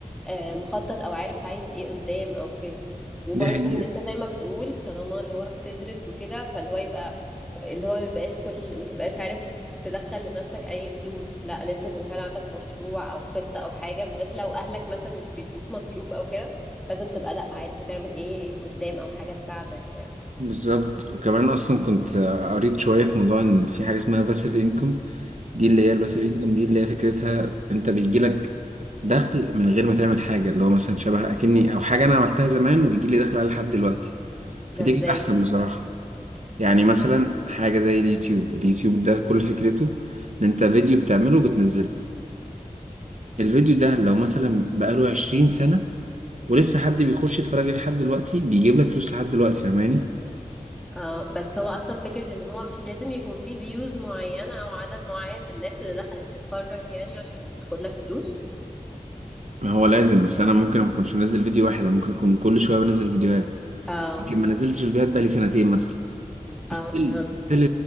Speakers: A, in the centre; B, on the right.
A: آه، مخطط او عارف عايز ايه قدام او كده وبرضه
B: دي حقيقة
A: ان انت زي ما بتقول طالما اللي هو بتدرس وكده فاللي هو يبقى اللي هو ما يبقاش كل ما تبقاش عارف تدخل لنفسك اي فلوس لا لازم يكون فعلا عندك مشروع او خطة او حاجة بالذات لو اهلك مثلا مش بيدوك مصروف او كده فلازم تبقى لا عارف هتعمل ايه قدام او حاجة تساعدك يعني
B: بالظبط وكمان أصلا كنت قريت شوية في موضوع إن في حاجة اسمها باسيف إنكم دي اللي هي الباسيف
A: أمم.
B: إنكم دي اللي هي فكرتها أنت بيجيلك دخل من غير ما تعمل حاجة اللي هو مثلا شبه أكني أو حاجة أنا عملتها زمان وبيجيلي دخل عليها لحد دلوقتي فدي
A: ده ازاي
B: كانت أحسن بصراحة يعني مثلا حاجة زي اليوتيوب اليوتيوب ده كل فكرته إن أنت فيديو بتعمله وبتنزله الفيديو ده لو مثلا بقاله 20 سنة ولسه حد بيخش يتفرج عليه لحد دلوقتي بيجيب لك فلوس لحد دلوقتي فاهماني
A: اه بس هو اصلا فكرة ان هو مش لازم يكون فيه فيوز معينة او عدد معين من الناس اللي دخلت تتفرج يعني عشان يدخل لك فلوس
B: ما هو لازم بس انا ممكن ما اكونش منزل فيديو واحد انا ممكن اكون كل شوية بنزل فيديوهات
A: اه
B: يمكن ما نزلتش فيديوهات بقالي سنتين مثلا
A: اه
B: ستيل
A: فهمت
B: ستيل